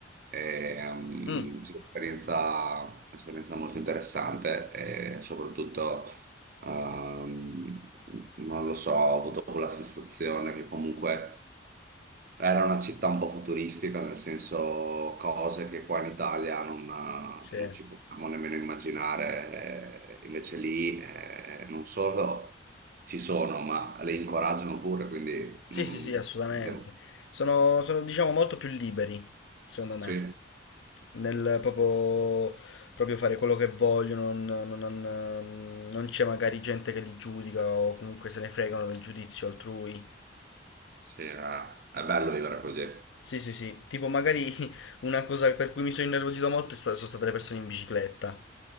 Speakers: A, on the right; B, on the left.
A: E, ehm,
B: Mm.
A: sì, un'esperienza un'esperienza molto interessante e soprattutto... ehm, non lo so, ho avuto quella sensazione che comunque era una città un po' futuristica, nel senso cose che qua in Italia non, non
B: Sì,
A: ci possiamo nemmeno immaginare, eh, invece lì eh, non solo ci sono, ma le incoraggiano pure, quindi
B: Sì,
A: mm,
B: sì, sì, assolutamente.
A: devo-
B: Sono, sono, diciamo, molto più liberi, secondo me,
A: sì,
B: nel proprio, proprio fare quello che vogliono, non, non- non, ehm, non c'è magari gente che li giudica o comunque se ne fregano del giudizio altrui.
A: sì, eh, è bello vivere così.
B: Sì, sì, sì, tipo magari <laughs> una cosa per cui mi sono innervosito molto è sta- sono state le persone in bicicletta.